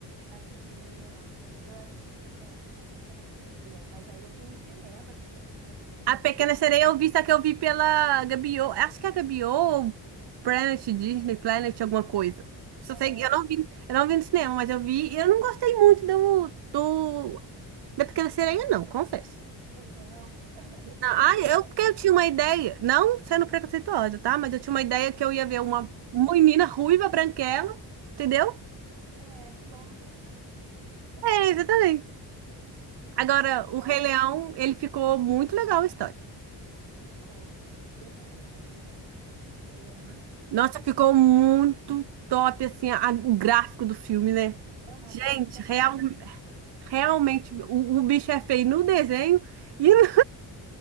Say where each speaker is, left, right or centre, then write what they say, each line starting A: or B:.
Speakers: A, on the right; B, on the right.
A: Assisti Rei Leão. Eu assisti também A Pequena Sereia, mas aí eu fui no cinema assistir A Pequena Sereia.
B: A Pequena Sereia eu vi, só que eu vi pela Gabiô Acho que é a Gabiô ou Planet Disney, Planet, alguma coisa. Só
A: Aham.
B: sei, eu não vi, eu não vi no cinema, mas eu vi. e Eu não gostei muito do, do, da Pequena Sereia, não, confesso.
A: Gostou, não? <laughs>
B: Não,
A: Eu
B: ah,
A: tô com medo
B: eu,
A: de
B: porque
A: não.
B: eu tinha uma ideia, não sendo preconceituosa, tá? Mas eu tinha uma ideia que eu ia ver uma menina ruiva, branquela, entendeu?
A: É, igual no desenho.
B: É, exatamente. Agora,
A: Igual
B: o Rei Leão, ele ficou muito legal a história.
A: ficou. Eu tenho medo das hienas do, do Rei Leão.
B: Nossa, ficou muito top, assim, a- o gráfico do filme, né?
A: <laughs> Aham,
B: Gente,
A: fica,
B: real,
A: parece muito real.
B: realmente, o, o bicho é feio no desenho e, no-